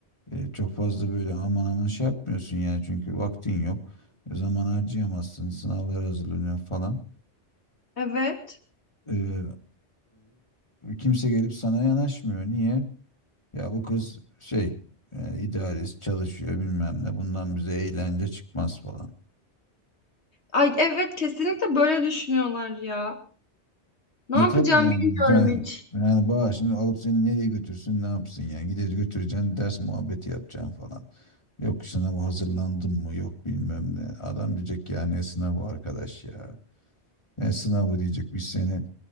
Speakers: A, on the left; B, on the left.
A: E, çok fazla böyle aman aman şey yapmıyorsun yani çünkü vaktin yok. E, Zaman harcayamazsın, sınavlara hazırlanıyor falan.
B: Evet.
A: E, e, kimse gelip sana yanaşmıyor. Niye? Ya bu kız şey yani idealist çalışıyor bilmem ne bundan bize eğlence çıkmaz falan.
B: Ay evet kesinlikle böyle düşünüyorlar ya. Ne yapacağım
A: E tabii yani
B: bilmiyorum
A: yani,
B: hiç.
A: yani Bahar şimdi alıp seni nereye götürsün ne yapsın yani gider götüreceksin ders muhabbeti yapacaksın falan. Yok sınava hazırlandın mı yok bilmem ne. Adam diyecek ya ne sınavı arkadaş ya. Yani sınavı diyecek biz seni